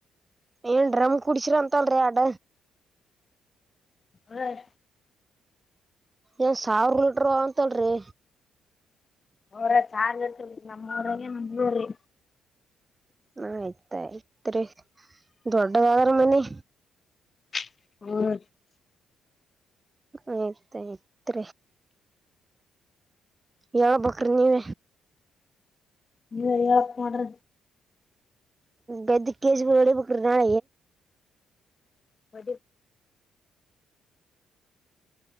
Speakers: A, on the right; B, on the left.
A: ಏನ್ ಡ್ರಮ್ ಕುಡಸಿರ ಅಂತಲ್ರಿ ಅಡ
B: ಹರ
A: ಏನ್ ಸಾವಿರ್ ಲೀಟರ್ ಅಂತಲ್ರಿ
B: ಅವ್ರ ಚಾರ್ ಇ ನಮ್ಮ ಅವ್ರಾಗ ನಮೂರಿ
A: ಆಯ್ತ ಆಯ್ತ್ ದೊಡ್ಡ ಕಾದರ ಮನ್ನಿ
B: ಹ
A: ಆಯ್ತಾಯ್ತ್ ಯಾವ ಬಕ್ರ ನೀವ
B: ಇರಿ ಮಾಡಡ
A: ಗದ್ದ ಕೇಜ ಒಳಿ ಪಕ್ಕ ನಾಳ
B: ಒ